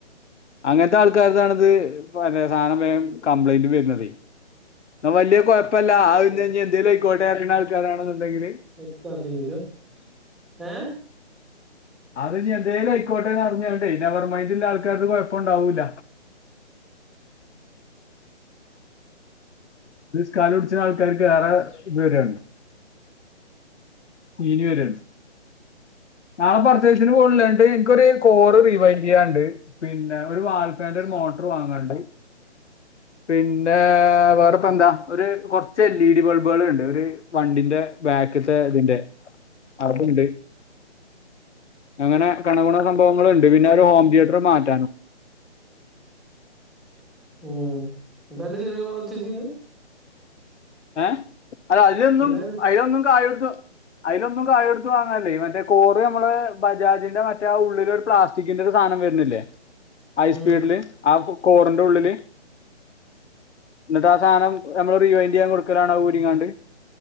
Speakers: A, on the left; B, in the centre.
A: അങ്ങനത്തെ ആൾക്കാതാണ ഇത് സാധന വേഗം കംപ്ലൈന്റ് വരുന്നുന്നത് വലിയ കുഴപ്പല്ല
B: ഒന്ന്
A: ആവി
B: കേക്ക്
A: എന്തേലും ആയിക്കോട്ടെ ഇറങ്ങുന്ന ആൾക്കാരാണെന്നുണ്ടെങ്കില്
B: <unintelligible> ഏഹ്
A: അത് ഞ് എന്തേലൽ ആയിക്കോട്ടെ നടന്ന കേട്ടേ ഇനി നെർമൈന്റള്ള ആൾക്കാർക്ക് കുഴപ്പം ഉണ്ടാവൂല്ല ഇത് കാല് പിടിച്ച ആൾക്കാർക്ക് വേറ ഇനി വരാണ് ഇനി വരാണ് നാളെ പർച്ചേസിന് പോകണില്ലണ്ട് എനിക്കൊരു കോറ് റീവൈൻ് ചെയ്യാനുണ്ട് പിന്നെ ഒരു വാൽപ്പേന്റെ ഒരു മോട്ടർ വാങ്ങാണ്ട് പിന്നെ വേറെപ്പ എന്താ ഒരു കുറച്ച് എൽ ഇ ഡി ബൾബുകൾ ഉണ്ട് ഒരു വണ്ടിന്റെ ബാക്കത്തെ ഇതിന്റെ അത്ണ്ട് അങ്ങനെ കണകുണ സംഭവങ്ങളൾണ്ട് പിന്നെ ഒരു ഹോം തിയേറ്റർ മാറ്റം
B: ഉം ഇന്തണ്ട ചെറിയ പർച്ചയ്സിങ്ങ്
A: ഏഹ് അല്ല അതിലൊന്നും
B: ഇതാണ്
A: അതിലൊന്നും കായെടുത്ത് അതിലൊന്നും കായ എടുത്ത് വാങ്ങല്ലേ മറ്റേ കോറ് നമ്മള് ബജാജിന്റെ മറ്റേ ഉള്ളിൽ ഒരു പ്ലാസ് റ്റിക്കിന്റെ ഒരു സാധനം വരുന്നില്ലേ ഹൈസ്പീഡില്
B: ഉം.
A: ആഹ് കോറിന്റെ ഉള്ളില് എന്നിട്ട ആഹ് സാധനം നമ്മൾ റിവൈൻറ് ചെയ്യാൻ കൊടുക്ക ലാണ ഊരിങ്ങാണ്ട്